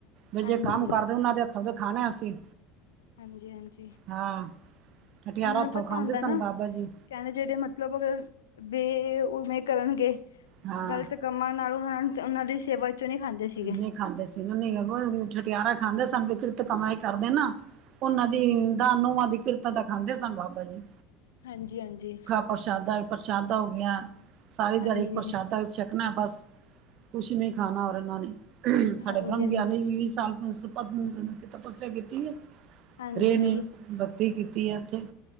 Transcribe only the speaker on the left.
ਹਾਂਜੀ
ਹਾਂਜੀ-ਹਾਂਜੀ
ਉਹਨਾਂ ਨੂੰ
ਪਤਾ
ਹੁੰਦਾ
ਨਾ
ਕਹਿੰਦੇ ਜਿਹੜੇ ਮਤਲਬ ਅਗਰ ਬੇ ਉਵੇਂ ਕਰਨਗੇ
ਗ਼ਲਤ ਕੰਮਾਂ ਨਾਲੋਂ ਉਹਨਾਂ ਦੀ ਸੇਵਾ ਚੋਂ ਨਹੀਂ ਖਾਂਦੇ। ਸੀਗੇ
ਹਾਂਜੀ-ਹਾਂਜੀ।
ਹਾਂਜੀ
ਹਾਂਜੀ
ਹਾਂਜੀ
ਹਾਂਜੀ
ਹਾਂਜੀ